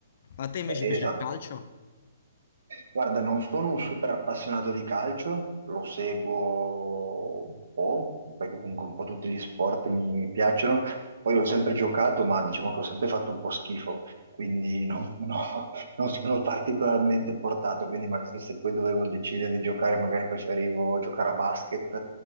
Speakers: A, on the left; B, on the right.
A: A te invece
B: eh,
A: piace
B: esatto.
A: il calcio?
B: Guarda, non sono un super appassionato di calcio, lo seguo un po', perché comunque un po' tutti gli sport mi, mi piacciono. Poi ho sempre giocato, ma diciamo che ho sempre fatto un po' schifo, quindi non sono, <laughs> non sono particolarmente portato. Quindi magari se poi dovevo decidere di giocare, magari preferivo giocare a basket,